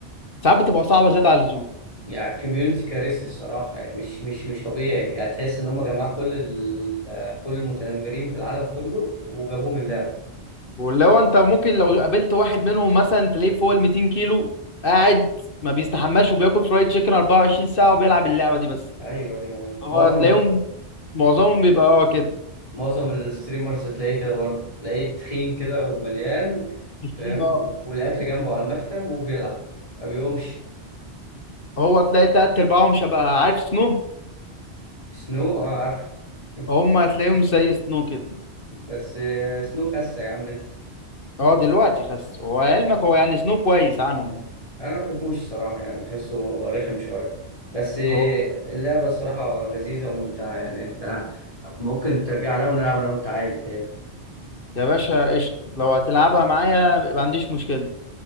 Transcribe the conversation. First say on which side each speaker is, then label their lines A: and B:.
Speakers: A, on the left; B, on the left.
A: ساعات بتبقى صعبه زياده على اللزوم
B: يعني كوميونتي كارثي الصراحه يعني مش مش مش طبيعي يعني تحس ان هم جمعوا كل ال... كل المتنمرين في العالم كله وجابوهم اللعب
A: واللي هو انت ممكن لو قابلت واحد منهم مثلا تلاقيه فوق ال 200 كيلو قاعد ما بيستحماش وبياكل فرايد تشيكن 24 ساعه وبيلعب اللعبه دي بس
B: ايوه ايوه ايوه
A: هو
B: معظم
A: تلاقيهم معظمهم بيبقى اه كده
B: معظم الستريمرز تلاقيه كده برضه تلاقيه تخين كده ومليان
A: تخين،
B: فاهم
A: اه.
B: و- والأكل جنبه على المكتب وبيلعب ما بيقومش
A: هو تلاقي تلات ارباعهم مش هبقى عارف سنو
B: سنو اه عارف <laughs>
A: هم هتلاقيهم زي سنو كده
B: بس آه، سنو خسة يا عم انت
A: اه دلوقتي خس هو علمك هو يعني سنو كويس عنهم يعني
B: انا ما بحبوش الصراحة يعني بحسه رخم شوية بس آه،
A: هو
B: اللعبة الصراحة لذيذة وممتعة يعني انت ممكن ترجع لها ونلعب انا وانت عادي تاني
A: يا باشا قشط لو هتلعبها معايا ما عنديش مشكله